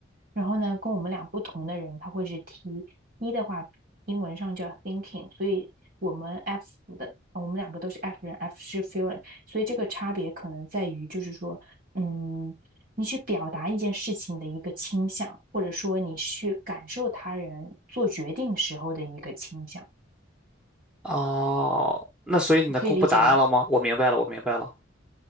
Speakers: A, on the right; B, in the centre.
A: 然后呢，跟我们俩不同的人，他会是 T。一的话，英文上叫 thinking，所以我们 F 的，我们两个都是 F 人，F 是 feeling，所以这个差别可能在于，就是说，嗯，你去表达一件事情的一个倾向，或者说你去感受他人做决定时候的一个倾向，
B: 哦，那所以你能公布答案了吗？
A: 可以理解吗？
B: 我明白了，我明白了，